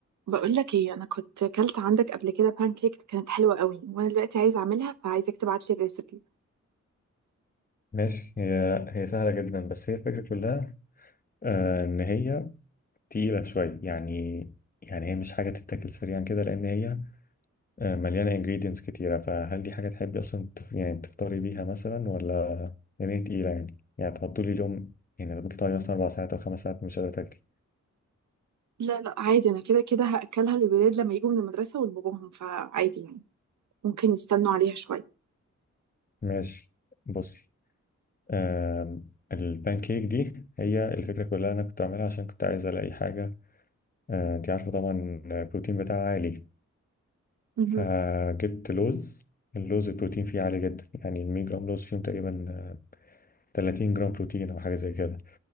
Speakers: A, on the right; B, on the left.
A: بقول لك ايه انا كنت كلت عندك قبل كده كيك كانت حلوه قوي وانا دلوقتي عايزه اعملها فعايزك تبعت لي الريسبي
B: ماشي هي هي سهلة جدا بس هي الفكرة كلها آه إن هي تقيلة شوية يعني يعني هي مش حاجة تتاكل سريعا كده لأن هي آه مليانة ingredients كتيرة فهل دي حاجة تحبي أصلا تف... يعني تفطري بيها مثلا ولا يعني هي تقيلة يعني يعني تحطولي اليوم يعني لو بتقعدي مثلا أربع ساعات أو خمس ساعات مش قادرة تاكلي
A: لا لا عادي انا كده كده هاكلها للولاد لما يجوا من المدرسه ولباباهم فعادي يعني ممكن يستنوا عليها شويه
B: ماشي بصي آم، البان كيك دي هي الفكرة كلها أنا كنت أعملها عشان كنت عايز ألاقي حاجة آه، أنت عارفة طبعا البروتين بتاعها عالي
A: مهم.
B: فجبت لوز اللوز البروتين فيه عالي جدا يعني ال 100 جرام لوز فيهم تقريبا آه، 30 جرام بروتين او حاجه زي كده